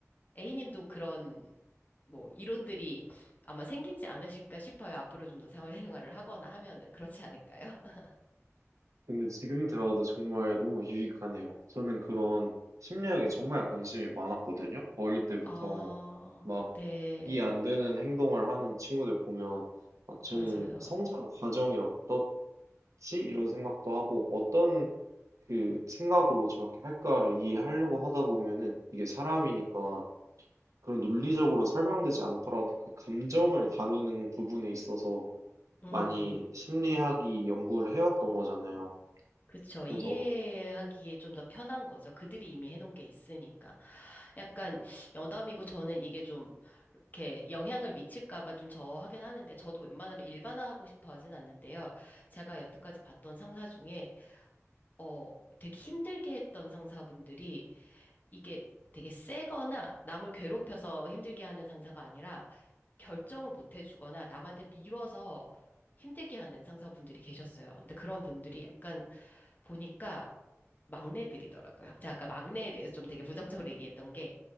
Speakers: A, on the left; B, on the right.
A: A님도 그런 뭐 이론들이 아마 생기지 않으실까 싶어요. 앞으로 좀 더 생활 생활을 하거나 하면은 그렇지 않을까요? <laughs>
B: 근데 지금 들어도 정말 너무 유익하네요. 저는 그런 심리학에
A: 음,
B: 정말 관심이 많았거든요. 어릴 때부터
A: 아,
B: 막
A: 네,
B: 이해 안 되는 행동을 하는 친구들 보면 어, 쟤는
A: 맞아요.
B: 성장 과정이 어떠? 지? 이런 생각도 하고 어떤 그 생각으로 저렇게 할까를 이해하려고 하다 보면은 이게 사람이니까 그런 논리적으로 설명되지 않더라도 그 감정을 다루는 부분에 있어서
A: 음.
B: 많이 심리학이 연구를 해왔던 거잖아요.
A: 그쵸.
B: 그래서
A: 이해하기에 좀 더 편한 거죠. 그들이 이미 해놓은 게 있으니까. 약간 여담이고 저는 이게 좀 이렇게 영향을 미칠까 봐 좀 저하긴 하는데 저도 웬만하면 일반화하고 싶어 하진 않는데요. 제가 여태까지 봤던 상사 중에 어 되게 힘들게 했던 상사분들이 이게 되게 세거나 남을 괴롭혀서 힘들게 하는 상사가 아니라 결정을 못 해주거나 남한테 밀어서 힘들게 하는 상사분들이 계셨어요. 근데 그런 분들이 약간 보니까 막내들이더라고요. 제가 아까 막내에 대해서 좀 되게 부정적으로 얘기했던 게,